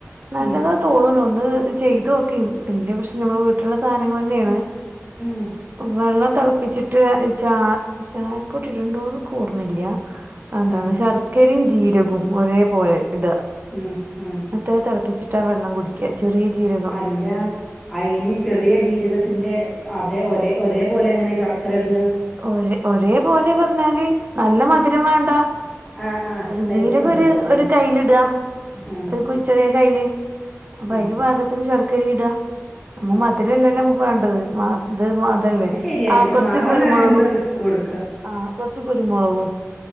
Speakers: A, on the right; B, in the centre.
A: നല്ലതാ
B: ഉം
A: തോന്ന്ണു ഒന്ന് ചെയ്തോക്കി വല്ല്യ പ്രശ്നം നമ്മുടെ വീട്ടിലുള്ള സാധനങ്ങളന്നേണ്
B: ഉം
A: വെള്ളം തിളപ്പിച്ചി <unintelligible> ചാ ചായപൊടി ഇട്ണ്ടോന്ന് ഇക്ക് ഓർമ്മല്ല എന്താണ്
B: ഉം
A: ശർ ക്കരിം ജീരകും ഒരേ പോലെ ഇട
B: ഉം ഉം
A: ഇന്നട്ട് അത് തളപ്പിച്ചിട്ട് ആ വെള്ളം കുടി ക്ക്യ ചെറിയ ജീര
B: അല്ല അയിന് ചെറിയ ജീരകത്തിന്റെ അതെ ഒരേ ഒരേ പോലെ എങ്ങനെ ശർക്കര ഇട
A: ഒരേ ഒരേ പോലെ പറഞ്ഞാല് നല്ല മധുരം വേണ്ട
B: ആ ആ
A: അത്
B: ലൈറ്റ്
A: ജീരകം
B: മധുരത്തില്
A: ഒര് ഒര്
B: ആ
A: കയ്യില് ഇട
B: ആ
A: ഒരു ചെറിയ കൈയില് അപ്പൊ
B: ഉം
A: അയിന് പാകത്തിന് ശർക്കരി ഇടാ <unintelligible>
B: ആ
A: മധിരല്ലല്ലോ നമുക്ക് വേണ്ടത് മാ ഇത് മാ അതല്ലേ
B: അത് ശരിയന്നെ
A: ആ
B: ഇത്
A: കുറ
B: മാറാനാണ്
A: കുരുമൊളക്
B: എന്ത് റിസ്ക് കൊടുക്കുക
A: ആ കുറച്ച് കുരുമൊളകും